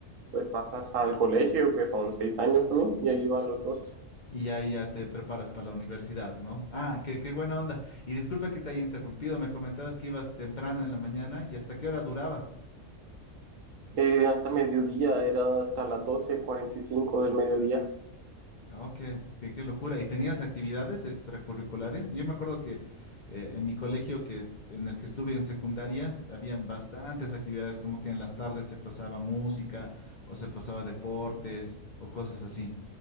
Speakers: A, on the right; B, on the left.
A: pues pasas al colegio, que son seis años también, y ahí van los doce.
B: Y ya, y ya te preparas para la universidad, ¿no? Ah, qué, qué buena onda. Y disculpa que te haya interrumpido, me comentabas que ibas temprano en la mañana y hasta qué hora duraba.
A: Eh, hasta mediodía, era hasta las doce cuarenta y cinco del mediodía.
B: Oh, qué, qué, qué locura. ¿Y tenías actividades extracurriculares? Yo me acuerdo que eh, en mi colegio que, en el que estuve en secundaria, habían bastantes actividades, como que en las tardes se pasaba música o se pasaba deportes o cosas así.